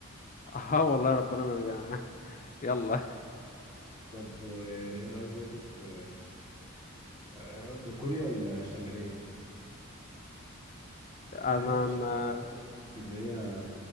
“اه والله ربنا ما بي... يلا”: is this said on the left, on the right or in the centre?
Left